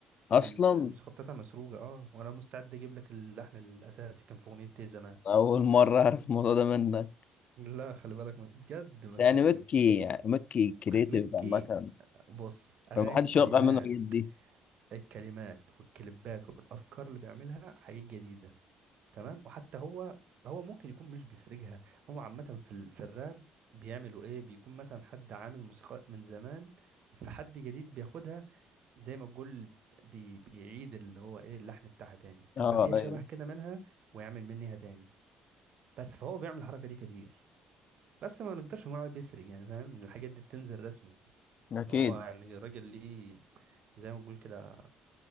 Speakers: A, on the left; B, on the right.
A: أصلا
B: ال- الموسيقى بتاعتها مسروقة اه وانا مستعد اجيب لك اللحن الاساسي كان في اغنية إيه زمان
A: أول مرة أعرف الموضوع ده منك
B: لا خلي بالك م- بجد
A: بس
B: مسروقة
A: يعني مكي يعني مكي كريتيف
B: مكي
A: عامة
B: بص اغاني
A: فمحدش
B: كلمات
A: يوقع منه الحاجات دي
B: الكلمات والكليبات والافكار اللي بيعملها حاجات جديده تمام وحتى هو هو ممكن يكون مش بيسرجها هو عامه في ال... في الراب بيعملوا ايه بيكون مثلا حد عامل موسيقى من زمان فحد جديد بياخدها زي ما تقول بي... بيعيد اللي هو ايه اللحن بتاعها تاني بتبقى
A: أه
B: فيها شبه
A: أيوه
B: كده منها ويعمل منها تاني بس فهو بيعمل الحركه دي كتير بس ما نقدرش نقول عليه بيسرق يعني فاهم إن الحاجات دي بتنزل رسمي
A: أكيد
B: هو يعني راجل ليه زي ما بنقول كده